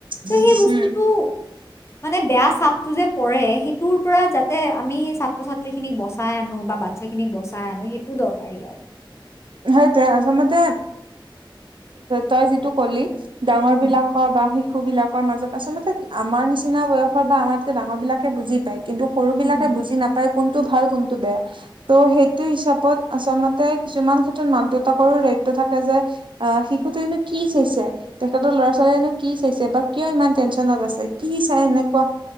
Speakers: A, on the left; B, on the right.
A: ত
B: উম
A: সেই বস্তুটো মানে বেয়া চাপটো যে পৰে সেইটোৰ পৰা যাতে আমি সেই ছাত্ৰ ছাত্ৰীখিনিক বচাই আনো বাচ্ছাখিনিক বচাই আনো সেইটো দৰকাৰী
B: <inaudible>
A: আৰু
B: সেইটোৱে আচলতে তই যিটো কলি ডাঙৰ
A: উম
B: বিলাকৰ বা শ শিশু বিলাকৰ মাজত আচলতে আমাৰ নিচিনা বয়সৰ বা আমাতকে ডাঙৰ বিলাকে বুজি পায় কিন্তু সৰু
A: হুম
B: বিলাকে বুজি নাপায় কোনটো ভাল কোনটো বেয়া ত' সেইটো হিচাপত আচলতে কিছুমান মাক দেউতাকৰো দায়িত্ব থাকে যে আহ শিশুতো এনে কি চাইছে তেখেতৰ ল'ৰা ছোৱালীয়ে নো কি চাইছে বা কিয় ইমান টেনচনত আছে কি চাই এনেকোৱা